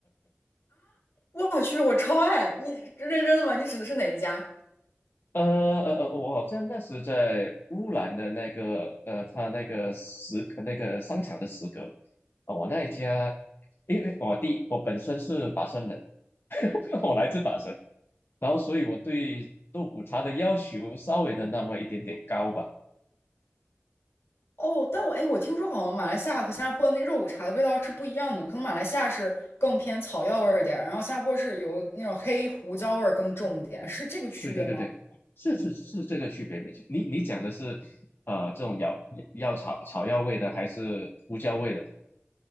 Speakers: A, on the left; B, on the left.
A: 我去，我超爱！你认真的吗？你指的是哪一家？
B: 呃呃呃，我好像那时在乌兰的那个呃，他那个食那个商场的食阁，啊、我那一家，因为我第我本身是法生人，<laughs> 我来自法生，然后所以我对肉骨茶的要求稍微的那么一点点高吧，
A: 哦，但我哎，我听说好像马来西亚和新加坡的那肉骨茶的味道是不一样的，可能马来西亚是更偏草药味儿一点儿，然后新加坡是有那种黑胡椒味儿更重一点，是这个区别吗？
B: 对对对对，是是是这个区别没错，你你讲的是呃这种药药草草药味的还是胡椒味的？